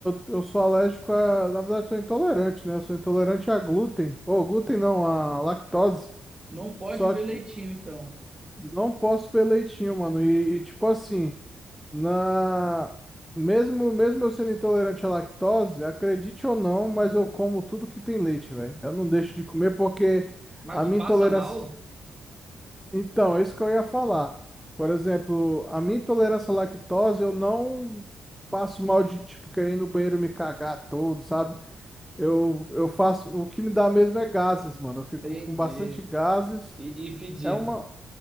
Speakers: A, in the centre; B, on the right.
A: Eu, eu sou alérgico a. Na verdade, eu sou intolerante, né? Eu sou intolerante a glúten. Ou glúten não, a lactose.
B: Não pode
A: Só
B: ver
A: que
B: leitinho, então.
A: não posso ver leitinho, mano. E, e, tipo assim, na. Mesmo, mesmo eu sendo intolerante à lactose, acredite ou não, mas eu como tudo que tem leite, velho. Eu não deixo de comer porque
B: Mas
A: a
B: tu
A: minha
B: passa
A: intolerância
B: mal?
A: Então, é isso que eu ia falar. Por exemplo, a minha intolerância à lactose, eu não passo mal de, tipo, querer ir no banheiro e me cagar todo, sabe? Eu, eu faço, o que me dá mesmo é gases, mano. Eu fico
B: Entendi.
A: com bastante gases.
B: E, e fedido.
A: É uma,